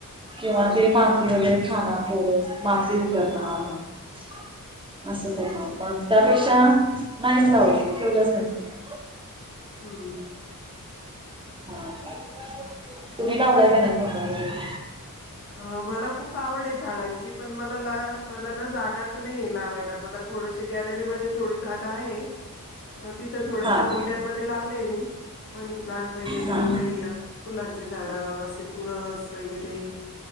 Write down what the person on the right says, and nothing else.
किंवा
ते माती वगैरे खानारं पोर माती ऊं करनार
असं
काही मा त्यापेक्षा नाहीच लावलेल ठेवलंच नाही कुणी.
ह तुम्ही लावलाय का नाही कुंड्या वैगरे.
हा
हा